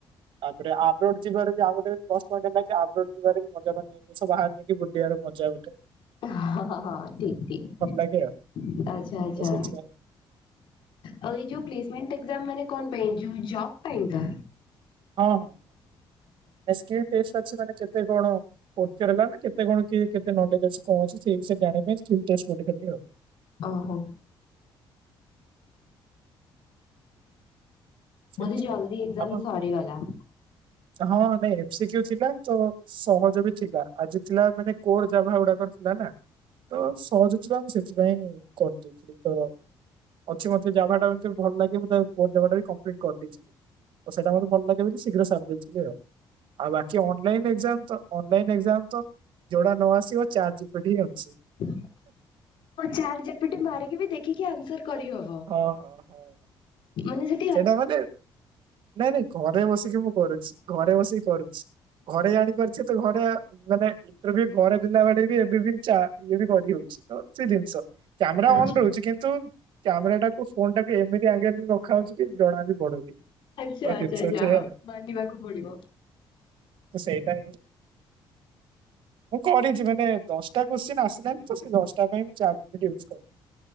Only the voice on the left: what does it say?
ହଁ ହଁ ହଁ ଠିକ୍ ଠିକ୍
ଆଚ୍ଛା ଆଚ୍ଛା।
ଆଉ ଏ ଯୋଉ ପ୍ଲେସମେଣ୍ଟ୍ ଏକ୍ଜାମ୍ ମାନେ କଣ ପାଇଁ, ଯୋଉ ଜବ ପାଇଁ କା?
ଓହୋ।
ବୋଧେ ଜଲଦି ଏକ୍ଜାମ୍
ସରିଗଲା?
ଓ ଚାର୍ଟ ଜିପିଟି ମାରିକି ବି ଦେଖିକି ଆନ୍ସର୍ କରିହବ?
ମାନେ ସେ
ଆଚ୍ଛା
ଆଚ୍ଛା
ଆଚ୍ଛା
ଯାହା
ହଉ
ମାନିବାକୁ ପଡିବ